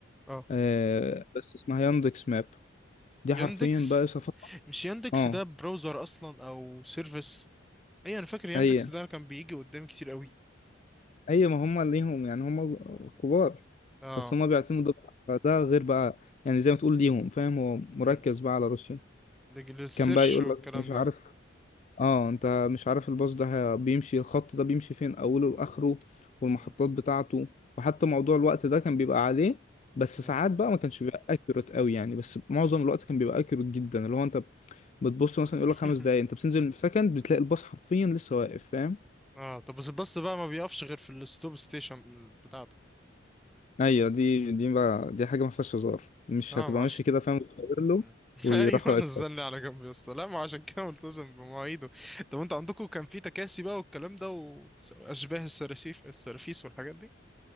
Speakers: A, in the centre; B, on the left.
A: اه
B: آه، بس اسمها ياندكس ماب دي
A: ياندكس
B: حرفيا بقى سفر
A: <laughs> مش ياندكس
B: اه
A: ده براوزر اصلا او سيرفيس اي انا فاكر ياندكس
B: هي
A: ده كان بيجي قدامي كتير قوي
B: هي ما هم ليهم يعني هم كبار
A: اه
B: بس هم بيعتمدوا بقى- ده غير بقى يعني زي ما تقول ليهم فاهم هو مركز
A: مم.
B: بقى على روسيا
A: لج- للسيرش
B: كان بقى يقول
A: والكلام
B: لك مش عارف
A: ده
B: اه انت مش عارف الباص ده هي- بيمشي الخط ده بيمشي فين اوله واخره والمحطات
A: مم.
B: بتاعته وحتى موضوع الوقت ده كان بيبقى عليه بس
A: مم.
B: ساعات بقى ما كانش بيبقى اكيوريت قوي يعني بس معظم الوقت كان بيبقى اكيوريت جدا اللي هو انت بتبص مثلا يقول
A: <laughs>
B: لك خمس دقايق انت بتنزل من السكند بتلاقي الباص حرفيا لسه واقف فاهم
A: اه طب بس الباص بقى ما بيقفش غير في الستوب ستيشن بتاعته
B: ايوه دي دي بقى دي حاجه ما فيهاش هزار مش
A: اه
B: هتبقى
A: ماشي
B: ماشي كده فاهم وتغير له
A: مم. <laughs>
B: ويروح
A: ايوه
B: واقفك
A: نزلني على جنب يا اسطى لا ما عشان كده ملتزم بمواعيده طب انت عندكم كان في تكاسي بقى والكلام ده واشباه السراسيف السرافيس والحاجات دي